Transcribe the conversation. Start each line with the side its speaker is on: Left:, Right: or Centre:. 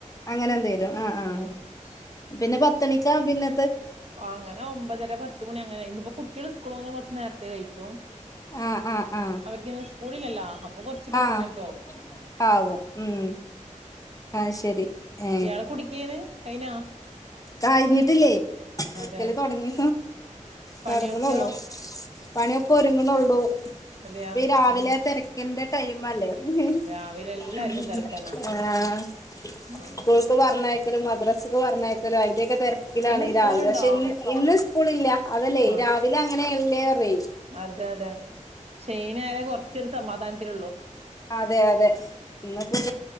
Left: അങ്ങനെ എന്തേലും ആഹ ആഹ്
Right: ഉം
Left: പിന്നെ പത്തണിക്ക പിന്നെ
Right: ആഹ അങ്ങനെ ഒമ്പതര പത് മണി അങ്ങനെ ഇന് ഇപ്പോ കുട്ടികൾ സ്കൂൾൽ വന്ന കുറച്ച് നേരത്തെേ കഴിക്കും
Left: ആഹ് ആഹ് ആഹ്
Right: അവർക്ക്ന്ന് സ്കൂളിലല്ലാ അപ്പൊ കൊറച്ച് പത്ത്
Left: ആഹ്
Right: മണിയൊക്കെോവും
Left: ആവും മ് ആഹ ശരി ഏ
Right: ഇയാള് കുടിക്കേന്ന് കൈനാ
Left: കഴിഞ്ഞിട്ടില്ലേ ഒരിക്കല്
Right: അതെ
Left: തുടങ്ങി
Right: പണിയൊക്കെയോ
Left: തുടങ്ങലുള്ളു പണിയൊക്കെ ഒരുങ്ങുന്നുള്ളൂ
Right: അതെയാ
Left: ഇപ്പ ഈ രാവിലെ
Right: എൻ
Left: തിരക്കിന്റെ ടൈം അല്ലേ <inaudible>
Right: രാവിലെ എല്ലാർക്കും തിരക്കന്നാ ഉം
Left: സ്കൂൾക്ക് പറഞ്ഞയക്കലും മദ്രാസക്ക് പറഞ്ഞയക്കലും അതിന്റെയൊക്കെ തിര ക്കിലാണ്
Right: ഇന്ന് സ്കൂളുണ്ടോ
Left: രാവിലെ പക്ഷെ ഇ ഇന്ന് സ്കൂളില്ല അതല്ലേ
Right: ആഹ്
Left: രാവിലെ അങ്ങനെ ഉള്ളേറി
Right: അതെ അതെ ഷൈന ആലേ കുറച്ചൊരു സമാധാനത്തിലള്ളൂ
Left: അതെ അതെ എന്നന്ന